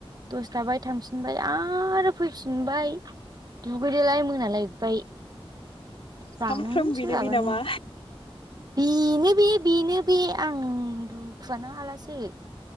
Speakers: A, on the right; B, on the left.
A: दसथाबाय थांफिनबाय आरो फैफिनबाय दुगैदोलाय मोनालायबाय। जानोनो
B: सामफ्रोम
A: सोलाबानो
B: बिनो बि नामा?
A: बेनो बे बेनो बे आं दुखुआनो हालासो।